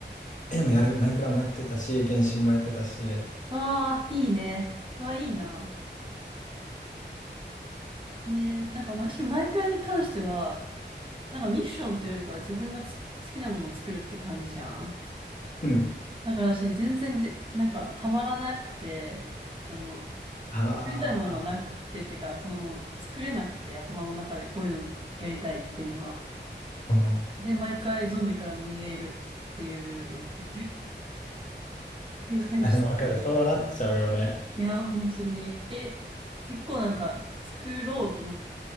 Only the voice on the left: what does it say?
え、でもやる。マイクラもやってたし、原神もやってたし。
うん。
あ
あ、うん。
あ、でもわかる。そうなっちゃうよね。